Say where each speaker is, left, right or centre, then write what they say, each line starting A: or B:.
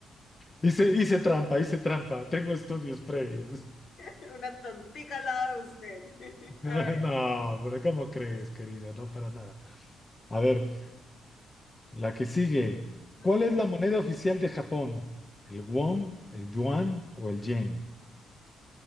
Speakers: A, on the left; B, on the left.
A: Hice, hice trampa, hice trampa, tengo estudios previos.
B: <laughs> una tontica al lado de usted. <laughs>
A: <laughs>
B: A ver.
A: No, pero ¿cómo crees, querida? No, para nada. A ver, la que sigue.
B: mm.
A: ¿Cuál es la moneda oficial de Japón? ¿El won, el yuan o el yen?